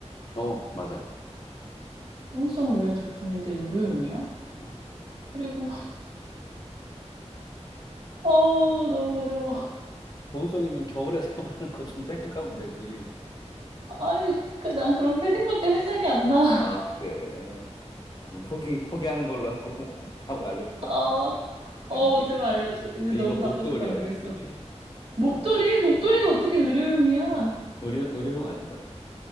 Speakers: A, on the left; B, on the right.
A: 어, 맞아.
B: 보온성을 위한 제품인데 의료용이야?
A: 어.
B: 그리고 <laughs> 어 너무 어려워.
A: 봄송이면 겨울에 <laughs> 사용하는 거 좀 생각하면 되지.
B: 아이 그난 그런 패딩밖에 생각이 안 나.
A: 아, 그래. 아, 그럼 포기, 포기하는 걸로 하고 <laughs> 답을 알려줄까?
B: <laughs> 어, 어
A: 아, 이게,
B: 제발 알려줘. 이제
A: 이거
B: 너무
A: 목도리야,
B: 답답해서 안 되겠어.
A: 목도리.
B: 목도리? 목도리가 어떻게 의료용이야?
A: 의료, 의료용 아닌가?